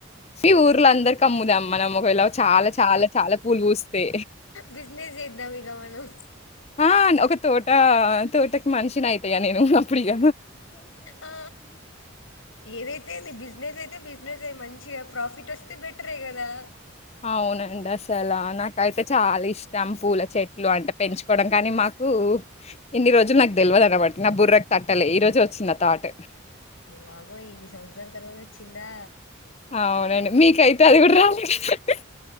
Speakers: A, on the left; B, on the left.
A: మీ ఊర్లో అందరు కమ్ముదామ్ మనం ఒకలా చాలా చాలా చాలా పూలు పూస్తే
B: బిజినెస్ చేద్దాం ఇగ మనం
A: ఆ ఒక తోట తోటకి మనిషినీ ఐత ఇగా నేను అప్పుడు ఇగ
B: ఆ ఏదైతే ఏంది బిస్ నెస్ అయితే బిజినెస్ ఏ, మంచిగా ప్రాఫిట్ వస్తే బెటరే కదా.
A: అవునండి అసల నాకైతే చాలా ఇష్టం పూల చెట్లు అంటే పెంచుకోవడం కానీ, మాకు ఇన్ని రోజులు నాకు తెలవదన్నమాట నా బుర్రకు తట్టలే ఈ రోజె వచ్చింది ఆ తాటు.
B: బాబోయ్ ఇన్ని సంవత్సరాల తర్వాత వచ్చిందా.
A: అవునండి మీకైతే అది కూడా రాలే కదండి